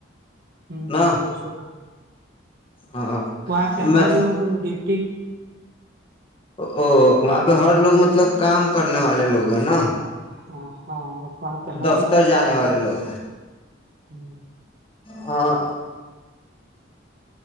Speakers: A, on the right; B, on the left.
A: ہ
B: نا
A: لگوں سے کام
B: ہاں
A: وہاں پہ ہر
B: میں
A: لوگ ڈپٹ <unintelligible>
B: او وہاں پہ ہر لوگ مطلب کام کرنے والے لوگ ہیں نا
A: ہاں ہاں وہاں پہ ہر
B: دفتر
A: لوگ
B: جانے
A: کام
B: والے
A: کریں
B: لوگ
A: گے ہ
B: ہاں